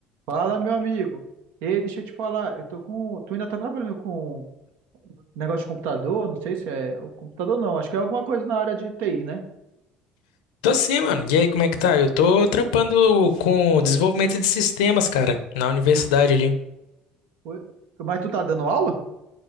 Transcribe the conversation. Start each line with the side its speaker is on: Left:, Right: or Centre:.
Right: Fala, meu amigo. Ei, deixa eu te falar, eu tô com, tu ainda tá trabalhando com negócio de computador, não sei se é o computador não, acho que é alguma coisa na área de TI, né?
Left: Tô sim, mano. E aí, como é que tá? Eu tô trampando com desenvolvimento de sistemas, cara, na universidade ali.
Right: Oi? Mas tu tá dando aula